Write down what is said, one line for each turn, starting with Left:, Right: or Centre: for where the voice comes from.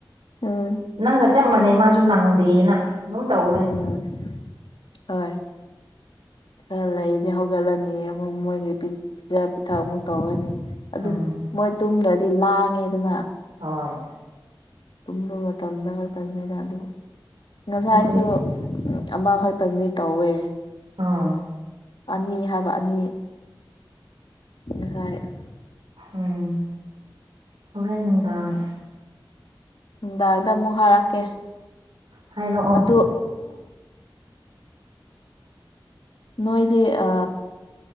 Left: ꯑꯝ
Right: ꯅꯪꯒ ꯆꯞ ꯃꯥꯟꯅꯩ ꯃꯥꯁꯨ ꯅꯪꯗꯦꯅ ꯑꯗꯨꯝ ꯇꯧ ꯂꯩ
Left: ꯎꯝ ꯍ ꯈꯔ ꯂꯩꯔꯗꯤ ꯍꯧꯒꯠꯂꯅꯤ ꯑꯃꯨꯛ ꯃꯣꯏꯒꯤ ꯄꯤꯖ ꯄꯤꯊꯛ ꯑꯃꯨꯛ ꯇꯧꯔꯅꯤ ꯑꯗꯨꯝ
Right: ꯎꯝ
Left: ꯃꯣꯏ ꯇꯨꯝꯗ꯭ꯔꯗꯤ ꯂꯥꯡꯉꯦꯗꯅ
Right: ꯍꯣꯏ
Left: ꯇꯨꯝꯕ ꯃꯇꯝꯗ ꯈꯛꯇꯪꯅꯤꯗ ꯑꯗꯨ ꯉꯁꯥꯏꯁꯨ
Right: ꯃꯣꯏ
Left: ꯎꯝ ꯑꯃ ꯈꯛꯇꯪꯗꯤ ꯇꯧꯋꯦ
Right: ꯑꯥ
Left: ꯑꯅꯤ ꯍꯥꯏꯕ ꯑꯅꯤ ꯉꯁꯥꯏ
Right: ꯎꯝ ꯍꯣꯔꯦꯟ ꯅꯨꯡꯗꯥꯡ
Left: ꯅꯨꯡꯗꯥꯡꯗ ꯑꯃꯨꯛ ꯍꯥꯏꯔꯛꯀꯦ
Right: ꯍꯥꯏꯔꯛꯑꯣ
Left: ꯑꯗꯨ ꯅꯣꯏꯗꯤ ꯑ